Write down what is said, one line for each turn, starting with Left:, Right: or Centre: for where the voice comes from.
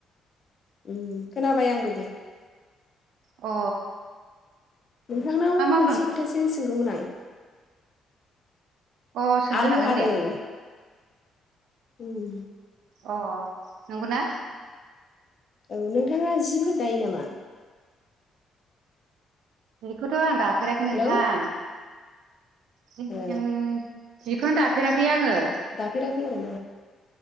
Left: उम खोनाबाय आंबो दे
Right: अ
Left: नोंथांनाव
Right: मा मावदों
Left: मोनसे खोथासो सोंगौमोन आं
Right: अ सोंनो
Left: आलु
Right: हागोन
Left: हादों
Right: दे
Left: उम
Right: अ नंगौ ना
Left: औ नोंथाङा जिफोर दायो नामा?
Right: बेखौथ' आं दाफेराखै नोंथां
Left: हेलौ
Right: <unintelligible>
Left: ओ
Right: जिखौनो दाफेराखै आङो
Left: दाफेरासै आरो ना